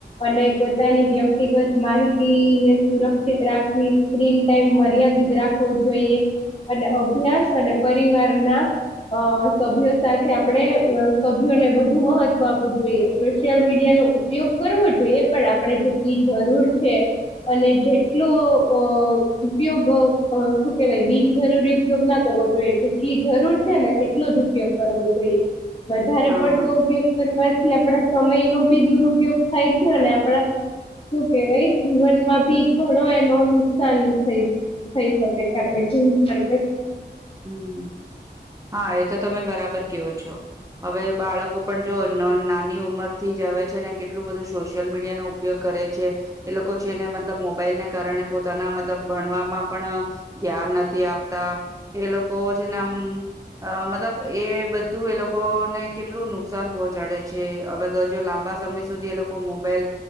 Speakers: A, on the left; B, on the right.
A: અને પોતાની વ્યક્તિગત માહિતી ને સુરક્ષિત રાખવી સ્ક્રીન ટાઈમ મર્યાદિત રાખવો જોઈએ અને અભ્યાસ અને પરિવારના અ સભ્યો સાથે આપણે સભ્યોને વધુ મહત્વ આપવું જોઈએ સોશિયલ મીડિયા ઉપયોગ કરવો જોઈએ પણ આપણેે જેટલી જરૂર છે અને જેટલો અ ઉપયોગ શું કેવાય બિનજરૂરી ઉપયોગ ના કરવો જોઈએ જેટલી જરૂર છે ને એટલો જ ઉપયોગ કરવો જોઈએ વધારે
B: હા
A: પડતો ઉપયોગ કરવા થી આપડા સમય નો બી દુરુપયોગ થાય છે ને આપણા શું કેવાય જીવન માં ભી ઘણો એનો નુકસાન થઈ થઈ શકે છે આપડે <unintelligible>
B: હમ્મ હા એ તો તમે બરાબર કેવો છો. હવે બાળકો પણ જો નો નાની ઉંમર થી જ આવે છે ને કેટલું બધું સોશિયલ મીડિયાનોો ઉપયોગ કર કરે છે એ લોકો છેને મતલબ મોબાઈલને કારણે પોતાના મતલબ ભણવામાં પણ ધ્યાન નથી આપતા એ લોકો છેને આમ અ મતલબ એ એ બધું એ લોકોને કેટલું નુકસાન પહોંચાડે છે હવે જો લાંબા સમય સુધી એ લોકો મો બાઈલ